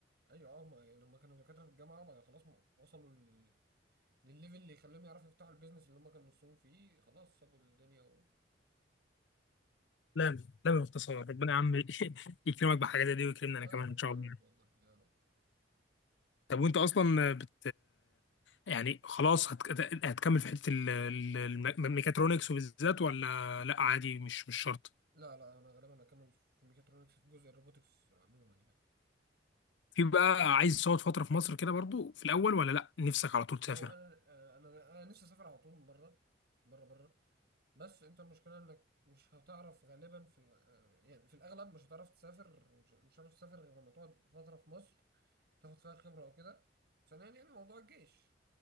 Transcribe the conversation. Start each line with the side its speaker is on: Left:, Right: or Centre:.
Right: ايوه اه هم يعني هم كانوا دكاترة في الجامعة وبعد خلاص م- وصلوا لل... للليفل اللي يخليهم يعرفوا يفتحوا البيزنس اللي هم كانوا نفسهم فيه خلاص سابوا الدنيا و...
Left: لا لا باختصار ربنا يا عم <laughs> يكرمك بحاجه زي دي ويكرمنا
Right: اه
Left: انا كمان
Right: يا رب
Left: ان شاء
Right: يا
Left: الله
Right: رب والله يا رب
Left: طب وانت اصلا بت يعني خلاص هت... هتكمل في حته ال- ال- الميكاترونكس وبالذات ولا لا عادي مش مش شرط
Right: لا لا انا غالبا هكمل في ميكاترونكس في جزء الروبوتكس عموما يعني
Left: في بقى عايز تقعد فتره في مصر كده برضو في الاول ولا لا نفسك على طول تسافر
Right: ما هو انا آه، انا انا نفسي اسافر على طول بره بره بره بس انت المشكله انك مش هتعرف غالبا في ال- آه، يعني في الاغلب مش هتعرف تسافر مش مش هتعرف تسافر غير لما تقعد فتره في مصر تاخد فيها خبره او كده ثانيا يعني موضوع الجيش